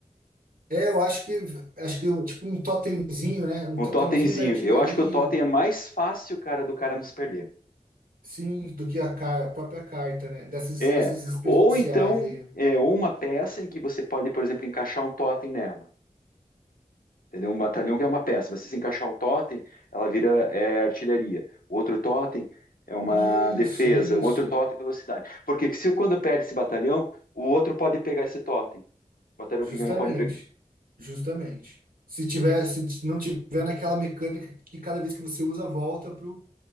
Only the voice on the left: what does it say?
Um
totemzinho,
eu acho que o totem é mais fácil, cara, do cara nos perder.
É,
ou então,
é ou uma peça em que você pode, por exemplo, encaixar um totem nela. Entendeu? Um batalhão que é uma peça. Mas se você encaixar o totem, ela vira é, artilharia. O outro totem é uma
defesa.
O outro totem é velocidade. Porque se quando perde esse batalhão, o outro pode pegar esse totem. O batalhão
que ganhou pode pegar.